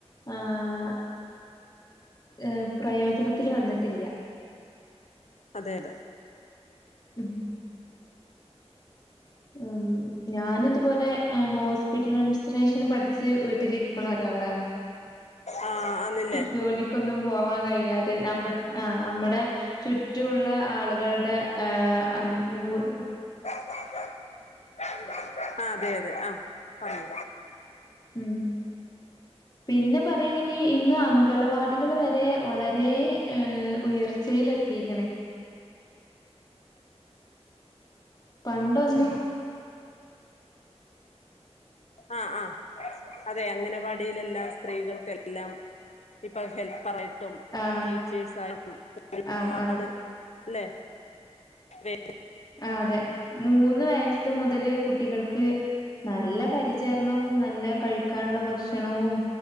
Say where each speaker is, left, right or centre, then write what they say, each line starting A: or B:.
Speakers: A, on the left; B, on the left.
A: ആഏ ഏ പ്രയോജനത്തില് വന്നിട്ടില്ല.
B: അതെ അതെ.
A: ഉം. ഉം ഞാന് തുപോലെ ഹോസ്പിറ്റലം സ്രേഷനും പഠിച്ച് വീട്ടിലിരിക്ക്ണ ഒരാളാണ്.
B: ആ അന്നില്ലേ
A: ജോലിക്കൊന്നും പോവാൻ കഴിയാതെ നമ്മൾ ആ അമ്മടെ ചുറ്റു ഉള്ള ആള്കൾടെ ആ <unintelligible>
B: <inaudible> ആ അതെ അതെ ആ പർഞ്ഞൂ
A: ഉം പിന്നെ പറയണെങ്കി ഇന്ന് അംഗലവാടികൾ വരെ വളരെ ഏ ഉയർച്ചയിലെത്തിക്ക്ണ്. പണ്ടൊന്നും
B: ആ ആ അതെ അംഗനവാടിയിലെല്ലാം സ്ത്രീകൾക്കെല്ലാം ഇപ്പൊ ഹെൽപ്പറായി ട്ടും
A: ആഹ്
B: ടീച്ചേഴ്സ് ആയിട്ടും ഒരുപാട്
A: ആഹ് അതെ
B: ല്ലെ. വെ
A: ആ അതെ. മൂന്ന് വയസ്സ് മുതല് കുട്ടികൾക്ക് നല്ല പരിചര്ണവും നല്ല കഴിക്കാനുള്ള ഭക്ഷണവും